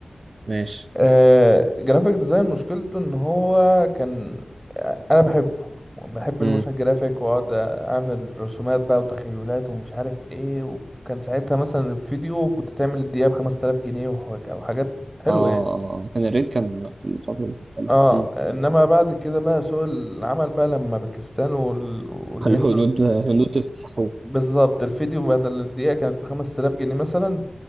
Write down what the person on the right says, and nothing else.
ماشي
امم
اه آه،
آه. كان الريت كان في الفتره اللي كانت حلوة.
امم
قال له <laughs> هنود هنود اكتسحوه